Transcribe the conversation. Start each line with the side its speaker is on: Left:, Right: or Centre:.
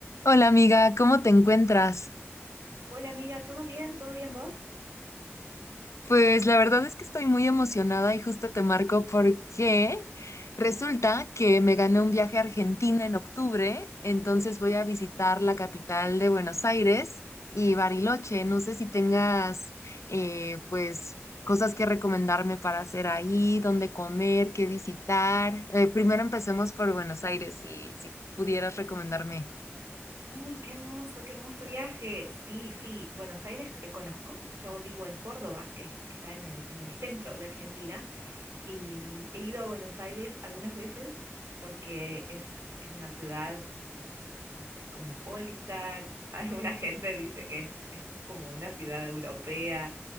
Left: Hola amiga, ¿cómo te encuentras?
Right: Hola amiga, ¿todo bien? ¿Todo bien vos?
Left: Pues la verdad es que estoy muy emocionada y justo te marco porque resulta que me gané un viaje a Argentina en octubre, entonces voy a visitar la capital de Buenos Aires y Bariloche. No sé si tengas eh, pues cosas que recomendarme para hacer ahí, dónde comer, qué visitar. Eh, primero empecemos por Buenos Aires, si, si pudieras recomendarme.
Right: Ay, qué hermoso, qué hermoso viaje. Sí, sí, Buenos Aires eh, conozco. Yo vivo en Córdoba, que es- está en el, en el centro de Argentina, y mm, he ido a Buenos Aires algunas veces porque es, es una ciudad como, no sé, cosmopolita. <laughs> Alguna gente dice que es, es como una ciudad europea.